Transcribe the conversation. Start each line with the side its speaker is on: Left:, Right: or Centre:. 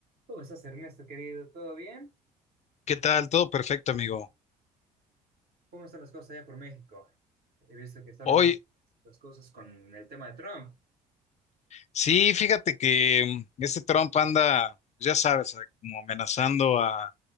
Right: ¿Cómo estás, Ernesto, querido? ¿Todo bien?
Left: ¿Qué tal? Todo perfecto, amigo.
Right: ¿Cómo están las cosas allá por México? He visto que están
Left: Hoy,
Right: un poco tensas las cosas con el tema de Trump.
Left: sí, fíjate que mm, este Trump anda, ya sabes, a- como amenazando a